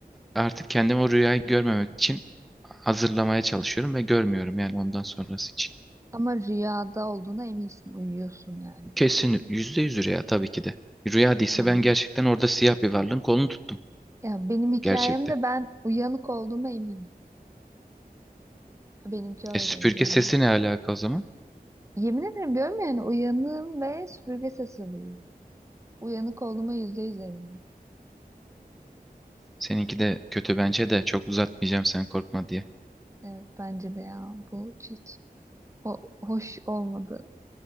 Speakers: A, in the centre; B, on the right.
A: artık kendimi o rüyayı görmemek için hazırlamaya çalışıyorum ve görmüyorum yani ondan sonrası için.
B: Ama rüyada olduğuna eminsin uyuyorsun yani.
A: Kesin yüzde yüz rüya tabii ki de. Rüya değilse
B: Ha.
A: ben gerçekten orada siyah bir varlığın kolunu tuttum
B: Ya benim hikayemde
A: gerçekte.
B: ben uyanık olduğuma eminim. Benimki öyleydi
A: E süpürge
B: yani.
A: sesi ne alaka o zaman?
B: Yemin ederim diyorum yani uyanığım ve süpürge sesi duyuyorum. Uyanık olduğuma yüzde yüz eminim.
A: Seninki de kötü bence de çok uzatmayacağım sen korkma diye.
B: Evet bence de ya bu hiç. O hoş olmadı.